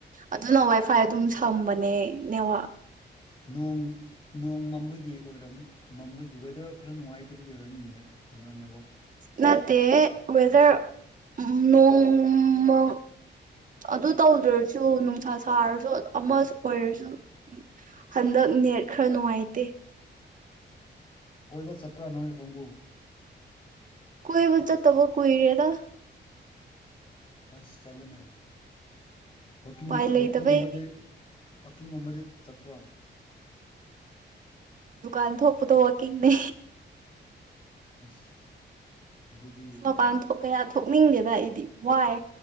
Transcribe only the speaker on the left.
ꯅꯣꯡ ꯅꯣꯡꯃꯃ ꯒꯤ ꯑꯣꯏꯔ ꯃꯝꯕꯒꯤ ꯋꯦꯗꯔ ꯈꯔ ꯅꯨꯡꯉꯥꯏꯇꯕꯒꯤ ꯑꯣꯏꯔꯝꯃꯤꯅꯦ ꯀꯩꯅꯣꯅꯦ
ꯀꯣꯏꯕ ꯆꯠꯄ꯭ꯔꯥ ꯅꯣꯏ ꯀꯥꯡꯕꯨ
ꯑꯁ ꯆꯂꯨꯅꯦ ꯋꯥꯀꯤ
ꯋꯥꯀꯤꯡ ꯑꯣꯕꯗꯤ ꯋꯥꯋꯥꯛꯀꯤꯡꯒꯨꯝꯕꯗꯤ ꯆꯠꯄ꯭ꯔꯣ
ꯑꯁ ꯑꯗꯨꯗꯤ